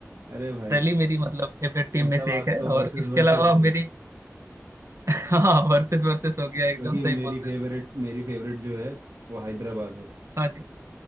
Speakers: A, on the right (about 85°); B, on the right (about 65°).
A: अरे भाई
B: दिल्ली मेरी मतलब फेवरेट टीम
A: मतलब
B: में से
A: आज
B: एक है
A: तो
B: और
A: वर्सेस
B: इसके
A: वर्सेस
B: अलावा
A: हो गया
B: मेरी <laughs> हाँ वर्सेस वर्सेस हो गया
A: क्योंकि
B: एकदम सही
A: मेरी
B: बोल
A: फेवरेट
B: रहे हो
A: मेरी फेवरेट जो है वो हैदराबाद है
B: हाँ जी